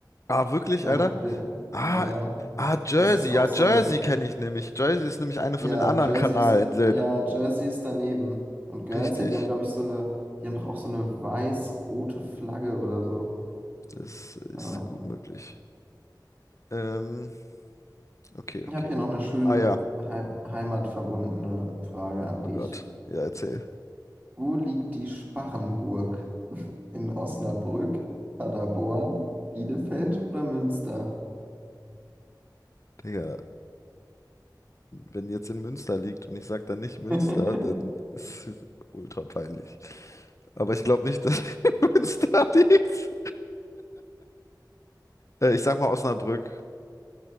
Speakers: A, on the left; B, on the right.
A: ah, wirklich,
B: Da
A: Alter?
B: hatten wir,
A: Ah,
B: ja, ja.
A: ah, Jersey.
B: Das ist auch
A: Ja,
B: so
A: Jersey
B: ein,
A: kenne ich nämlich. Jersey ist nämlich eine
B: ja,
A: von den anderen
B: Jersey
A: Kanalinseln.
B: ist, ja, Jersey ist daneben. Und Guernsey,
A: Richtig.
B: die haben, glaube ich, so eine, die haben doch auch so eine weiß-rote Flagge oder so.
A: Das ist
B: Ah,
A: gut
B: Ja,
A: möglich. Ähm, Okay, okay.
B: Ich habe hier noch eine schöne
A: Ah ja.
B: Hei- heimatverbundene Frage an
A: Oh
B: dich.
A: Gott. Ja, erzähl.
B: Wo liegt die Sparrenburg? In Osnabrück, Paderborn, Bielefeld oder Münster?
A: Digga, wenn jetzt in Münster liegt und ich sag dann nicht Münster,
B: <laughs>
A: dann ist es ultra peinlich. Aber ich glaube nicht, dass <laughs> Münster liegt. Äh, ich sag mal Osnabrück.